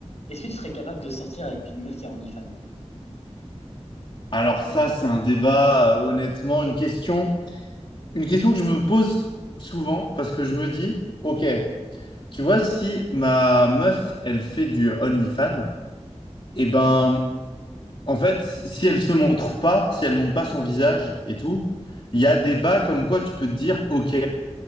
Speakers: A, on the left; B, on the left.
A: Est-ce que tu serais capable de sortir avec une meuf qui a OnlyFans?
B: Alors ça, c'est un débat, euh, honnêtement, une question, une question que je me pose souvent parce que je me dis, ok, tu vois, si ma meuf, elle fait du OnlyFans, et ben, en fait, si elle se montre pas, si elle montre pas son visage et tout, il y a des bas comme quoi tu peux te dire, ok,